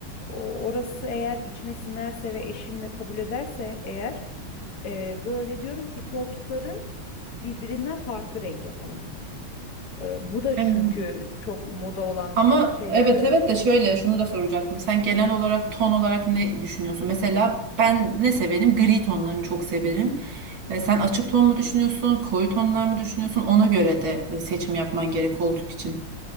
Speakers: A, on the left; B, on the right.
A: O- Orası eğer içime sinerse ve eşim de kabul ederse eğer e, böyle diyorum ki koltukları birbirinden farklı renk yapalım. Ee, bu da
B: Evet.
A: çünkü çok moda olan
B: Ama
A: şeylerden.
B: evet evet de şöyle şunu da soracaktım. Sen genel olarak ton olarak ne düşünüyorsun? Mesela ben ne severim? Gri tonlarını çok severim. E, sen açık ton mu düşünüyorsun? Koyu tonlar mı düşünüyorsun? Ona göre de e, seçim yapman gerek koltuk için.